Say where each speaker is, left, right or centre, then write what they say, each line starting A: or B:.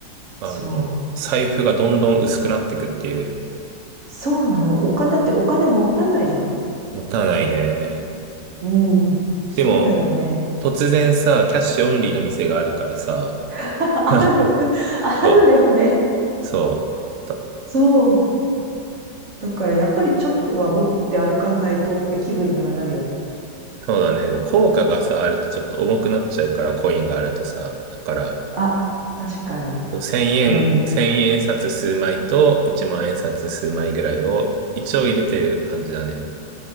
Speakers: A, on the right; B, on the right.
A: あの、
B: そう。
A: 財布がどんどん薄くなっていくっていう、
B: そうなの。お金、だってお金持たないじゃん。
A: もったいないね。
B: うん。そうだよね。
A: でも、突然さ、キャッシュオンリーの店があるからさ、
B: <laughs>
A: <laughs>
B: ある。<laughs> あるよね。
A: そう、そう。と
B: そう。だからやっぱりちょっとは持って歩かないとって気分にはなるよね。
A: そうだね。でも効果がさ、あるとちょっと重くなっちゃうから、コインがあるとさ。だから、
B: あ、確かに。
A: 1000円、
B: うん。
A: 1円札数枚と1万円札数枚ぐらいを一応入れてる感じだね。